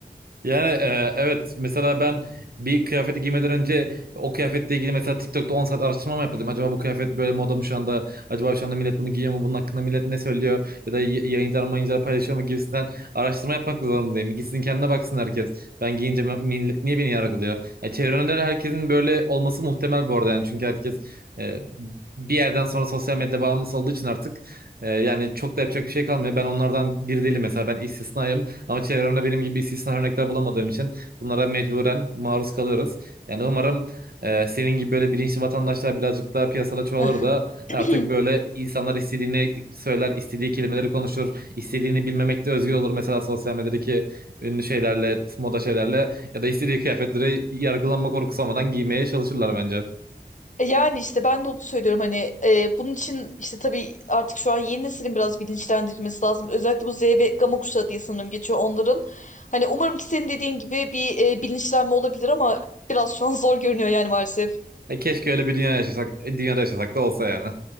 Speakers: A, on the right (about 70°); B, on the left (about 50°).
A: Yani e, evet mesela ben bir kıyafeti giymeden önce o kıyafetle ilgili mesela TikTok'ta 10 saat araştırma mı yapmalıyım? Acaba bu kıyafet böyle moda mı şu anda? Acaba şu anda millet bunu giyiyor mu? Bunun hakkında millet ne söylüyor? Ya da y- yayıncılar mayıncılar paylaşıyor mu gibisinden araştırma yapmak zorundayım. Gitsin kendine baksın herkes. Ben giyince me- millet niye beni yargılıyor? Ya çevremde de herkesin böyle olması muhtemel bu arada yani. Çünkü herkes e, bir yerden sonra sosyal medya bağımlısı olduğu için artık e, yani çok da yapacak bir şey kalmıyor. Ben onlardan biri değilim mesela ben istisnayım. Ama çevremde benim gibi istisna örnekler bulamadığım için bunlara mecburen maruz kalıyoruz. Yani umarım e, senin gibi böyle bilinçli vatandaşlar birazcık daha piyasada çoğalır
B: <laughs>
A: da
B: <clears throat>
A: artık böyle insanlar istediğini söyler, istediği kelimeleri konuşur, istediğini bilmemekte özgür olur. Mesela sosyal medyadaki ünlü şeylerle, moda şeylerle ya da istediği kıyafetleri yargılanma korkusu olmadan giymeye çalışırlar bence.
B: E, Yani işte ben de onu söylüyorum hani e, bunun için işte tabii artık şu an yeni neslin biraz bilinçlendirilmesi lazım. Özellikle bu Z ve Gama kuşağı diye sanırım geçiyor onların. Hani umarım ki senin dediğin gibi bir e, bilinçlenme olabilir ama biraz şu an <laughs> zor görünüyor yani maalesef.
A: E, keşke öyle bir dünya yaşasak, dünyada yaşasak da olsa yani.